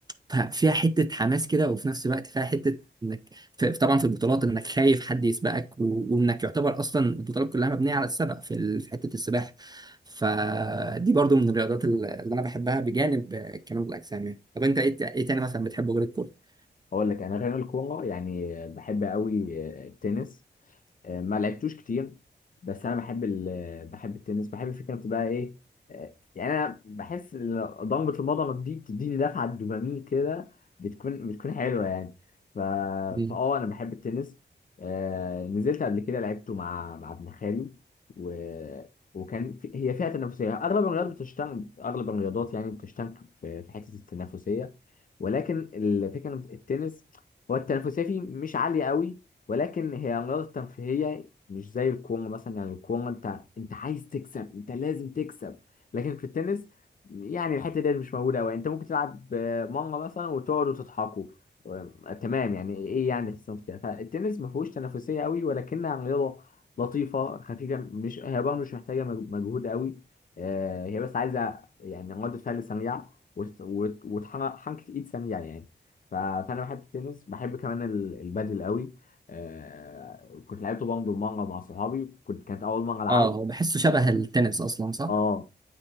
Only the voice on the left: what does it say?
أقول لك أنا غير الكورة يعني بحب أوي التنس آه، ما لعبتوش كتير بس انا بحب ال... بحب التنس بحب فكره بقى ايه آه، يعني انا بحس إن ضربه المضرب دي بتديني دفعه دوبامين كده بتكون بتكون حلوه يعني ف...
فاه انا بحب التنس آه، نزلت قبل كده لعبته مع مع ابن خالي و... وكان في... هي فيها تنافسيه اغلب الرياضات بتشتغل اغلب الرياضات يعني بتشتغل في... في حته التنافسيه ولكن الفكره إن التنس هو التنافسيه فيه مش عاليه قوي ولكن هي رياضة ترفيهية مش زي الكورة مثلا يعني الكورة انت انت عايز تكسب انت لازم تكسب لكن في التنس يعني الحتة دي مش موجودة أوي انت ممكن تلعب آه، مرة مثلا وتقعدوا تضحكوا آه، تمام يعني ايه يعني تحسن فيها فالتنس ما فيهوش تنافسية قوي ولكنها رياضة لطيفة خفيفة مش هي برضه مش محتاجة مج- مجهود قوي آه، هي بس عايزة يعني ردة فعل سريعة وت- وت- وتحرك حركة ايد سريعة يعني ف- فانا بحب التنس بحب كمان ال- البادل قوي آه كنت لعبته برضه مانجا مع صحابي كنت كانت اول مانجا العبه
اه